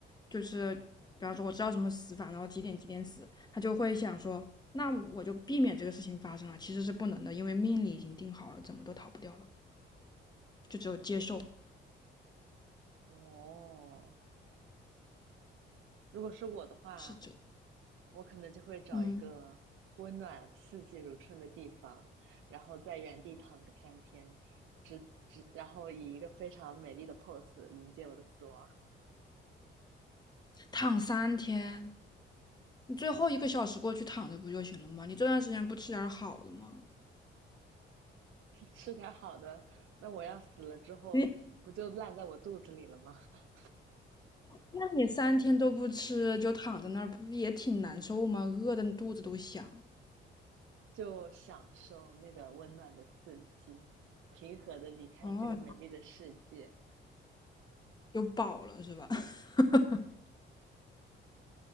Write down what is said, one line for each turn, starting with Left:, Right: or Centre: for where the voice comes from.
Left: 就是比方说我知道什么死法，然后几点几点死，他就会想说，那我就避免这个事情发生了。其实是不能的，因为命里已经定好了，怎么都逃不掉了，就只有接受
Right: 哦，如果是我的话，
Left: 是这。
Right: 我可能就会找一个温暖、
Left: 嗯，
Right: 四季如春的地方，然后在原地躺个三天，直直，然后以一个非常美丽的 pose 迎接我的死亡。
Left: 躺三天，你最后一个小时过去躺着不就行了吗？你这段时间不吃点好的吗？
Right: <laughs> 吃点好的，那我要死了之后不就烂在我肚子里了吗？
Left: 你
Right: <laughs>
Left: 那你三天都不吃，就躺在那儿，不也挺难受吗？饿的肚子都响。
Right: 就享受那个温暖的四季，平和的离开这个美丽的世界，
Left: 哦，有饱了是吧？<laughs>